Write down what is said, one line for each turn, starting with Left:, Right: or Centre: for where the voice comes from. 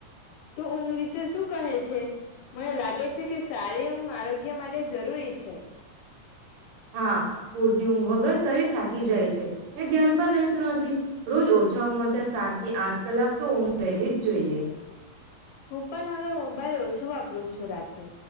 Left: તું ઊંઘ વિશે શું કહે છે, મને લાગે છે કે સારી ઊંઘ આરોગ્ય માટે જરૂરી છે.
Right: હા પૂરતી ઊંઘ વગર શરીર થાકી જાય છે, <unintelligible> ધ્યાન પણ રહેતું નથી રોજ ઓછામાં ઓછા સાત થી આઠ કલાક તો ઊંઘ લેવી જ જોઈએ.
Left: હું પણ હવે મોબાઈલ ઓછો વાપરું છું, રાત્રે